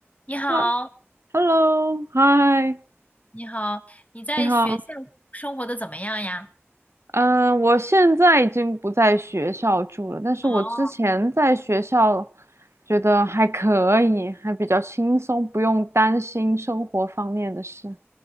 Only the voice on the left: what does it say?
你好，
你好，你在学校生活的怎么样呀？
哦